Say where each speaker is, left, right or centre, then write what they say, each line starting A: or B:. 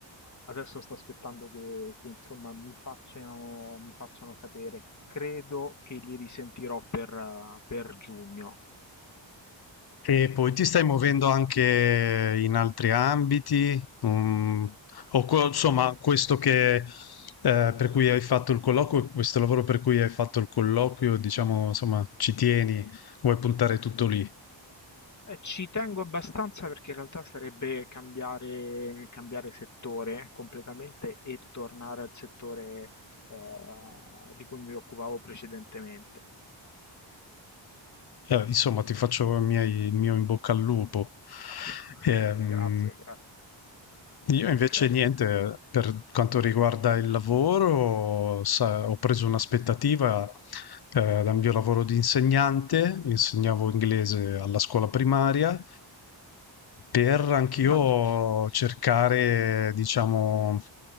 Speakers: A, on the left; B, on the left.
A: adesso sto aspettando che, che, insomma mi facciano, mi facciano sapere. Credo che li risentirò per, eh, per giugno.
B: E poi ti stai muovendo anche in altri ambiti, Mm, o co- insomma, questo che, eh, per cui hai fatto il colloquio, questo lavoro per cui hai fatto il colloquio, diciamo, insomma, ci tieni, vuoi puntare tutto lì.
A: Eh, ci tengo abbastanza perché in realtà sarebbe cambiare, cambiare settore completamente e tornare al settore eh, di cui mi occupavo precedentemente.
B: Eh, insomma, ti faccio i miei- il mio in bocca al lupo.
A: <laughs>
B: Ehm,
A: Grazie, grazie.
B: io invece
A: Credo.
B: niente, per quanto riguarda il lavoro, sa- ho preso un'aspettativa eh, dal mio lavoro di insegnante, insegnavo inglese alla scuola primaria per anch'io
A: Vabbè.
B: cercare, diciamo,